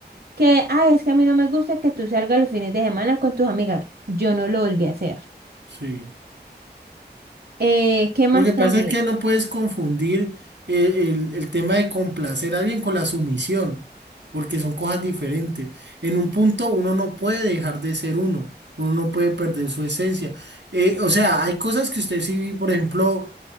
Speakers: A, on the right; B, on the right.
A: Que, ay, es que a mí no me gusta que tú salgas los fines de semana con tus amigas. Yo no lo volví a hacer.
B: Sí.
A: Eh, ¿qué más
B: Lo que pasa
A: cambié?
B: es que no puedes confundir eh, el, el tema de complacer a alguien con la sumisión, porque son cosas diferentes. En un punto uno no puede dejar de ser uno, uno no puede perder su esencia. Eh, o sea, hay cosas que usted sí, por ejemplo,